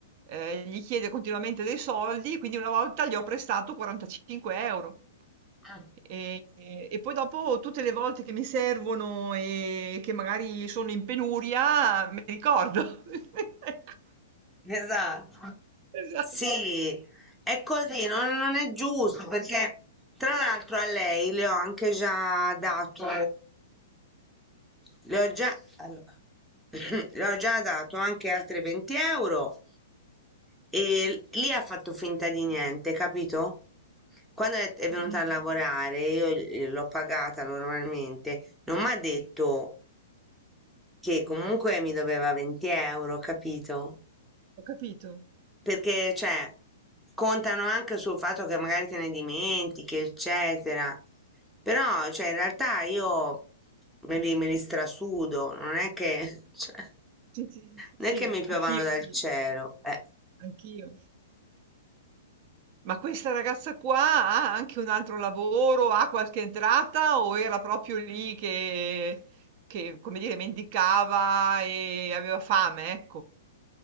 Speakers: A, on the right (about 45°); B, in the centre.
A: Ehm, gli chiede continuamente dei soldi, quindi una volta gli ho prestato 45 €.
B: eh,
A: E e poi dopo tutte le volte che mi servono e che magari sono in penuria, me li ricordo. <laughs> Ecco,
B: esatto.
A: esatto.
B: Sì, è così, non, non è giusto perché tra l'altro a lei le ho anche già dato Le ho già, Allora, <laughs> <clears throat> le ho già dato anche altre 20 euro e lì ha fatto finta di niente, capito? Quando è, è venuta
A: Mh-mh.
B: a lavorare, io gl- l'ho pagata normalmente, non mi ha detto che comunque mi doveva 20 euro, capito?
A: Ho capito.
B: Perché, cioè, contano anche sul fatto che magari te ne dimentichi, eccetera. Però, cioè, in realtà io me li, me li strasudo, non è che, <laughs> cioè,
A: Sì, sì, sì,
B: non
A: sì,
B: è che mi piovano
A: anch'io,
B: dal
A: anch'io,
B: cielo. Eh.
A: anch'io. Ma questa ragazza qua ha anche un altro lavoro, ha qualche entrata o era proprio lì che, che, come dire, mendicava e aveva fame, ecco.